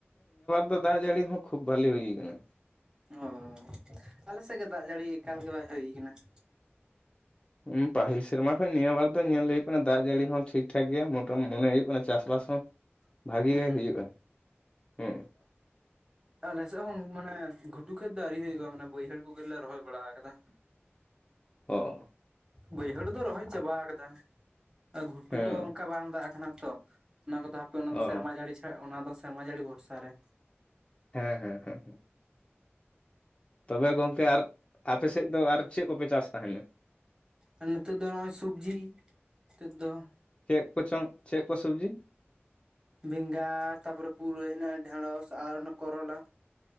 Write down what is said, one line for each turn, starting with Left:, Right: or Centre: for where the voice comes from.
Left: ᱛᱚ ᱫᱟᱜ ᱡᱟᱹᱲᱤ ᱦᱚᱸ ᱠᱷᱩᱵ ᱵᱷᱟᱞᱤ ᱦᱩᱭ ᱟᱠᱟᱱᱟ ᱾
Right: ᱚ ᱟᱞᱮ ᱥᱮᱫ ᱜᱮ ᱫᱟᱜ ᱡᱟᱹᱲᱤ ᱮᱠᱟᱞ ᱜᱮ ᱵᱟᱭ ᱦᱩᱭ ᱟᱠᱟᱱᱟ ᱾
Left: ᱦᱚᱸ ᱯᱟᱹᱦᱤᱞ ᱥᱮᱨᱢᱟ ᱠᱷᱚᱱ ᱱᱤᱭᱟᱹ ᱵᱟᱨ ᱫᱚ ᱧᱮᱞ ᱦᱩᱭᱩᱜ ᱠᱟᱱᱟ ᱫᱟᱜ ᱡᱟᱹᱲᱤ ᱦᱚᱸ ᱴᱷᱤᱠ ᱴᱷᱟᱠ ᱜᱮᱭᱟ ᱢᱚᱴᱟ ᱢᱚᱱᱮ ᱦᱩᱭᱩᱜ ᱠᱟᱱᱟ ᱪᱟᱥᱵᱟᱥ ᱦᱚᱸ
Right: <inaudible>
Left: ᱵᱷᱟᱹᱜᱤ
Right: ᱦᱩᱸ
Left: ᱜᱮ ᱦᱩᱭᱩᱜᱼᱟ <inaudible> ᱦᱮᱸ ᱾
Right: ᱟᱞᱮ ᱥᱮᱫ ᱦᱚᱸ ᱢᱟᱱᱮ ᱜᱷᱩᱴᱩ ᱠᱷᱮᱛ ᱫᱚ ᱟᱣᱨᱤ ᱦᱩᱭᱩᱜᱼᱟ ᱢᱟᱱᱮ ᱵᱟᱹᱭᱦᱟᱹᱲ ᱠᱚᱜᱮᱞᱮ ᱨᱚᱦᱚᱭ ᱵᱟᱲᱟ ᱟᱠᱟᱫᱟ ᱾
Left: ᱚ ᱾
Right: ᱵᱟᱹᱭᱦᱟᱹᱲ ᱫᱚ ᱨᱚᱦᱚᱭ ᱪᱟᱵᱟ ᱟᱠᱟᱫᱟ ᱞᱮ ᱾ <inaudible> ᱟᱨ ᱜᱷᱩᱴᱩ
Left: ᱦᱮᱸ
Right: ᱠᱚ ᱚᱱᱠᱟ ᱵᱟᱝ ᱫᱟᱜ ᱟᱠᱟᱱᱟ ᱛᱚ ᱾ ᱚᱱᱟ ᱠᱚᱫᱚ ᱦᱟᱯᱮ ᱚᱱᱟ ᱫᱚ
Left: ᱚ
Right: ᱥᱮᱨᱢᱟ ᱡᱟᱹᱲᱤ ᱪᱷᱟ ᱚᱱᱟ ᱫᱚ ᱥᱮᱨᱢᱟ ᱡᱟᱹᱲᱤ ᱵᱷᱚᱨᱥᱟ ᱨᱮ ᱾
Left: ᱦᱮᱸ ᱦᱮᱸ ᱦᱮᱸ ᱾ ᱛᱚᱵᱮ ᱜᱚᱝᱠᱮ ᱟᱨ ᱟᱯᱮ ᱥᱮᱫ ᱫᱚ ᱟᱨ ᱪᱮᱫ ᱠᱚᱯᱮ ᱪᱟᱥ ᱛᱟᱦᱮᱱᱟ?
Right: ᱟᱨ ᱱᱤᱛᱚᱜ ᱫᱚ ᱱᱚᱜᱼᱚᱭ ᱥᱚᱵᱽᱡᱤ ᱱᱤᱛᱚᱜ ᱫᱚ ᱾
Left: ᱪᱮᱫ ᱠᱚ ᱪᱚᱝ ᱪᱮᱫ ᱠᱚ ᱥᱚᱵᱽᱡᱤ?
Right: ᱵᱮᱸᱜᱟᱲ ᱛᱟᱯᱚᱨᱮ ᱯᱩᱨᱟᱹᱭ ᱦᱮᱱᱟᱜᱼᱟ, ᱰᱷᱮᱸᱲᱚᱥ, ᱟᱨ ᱚᱱᱟ ᱠᱚᱨᱚᱞᱟ ᱾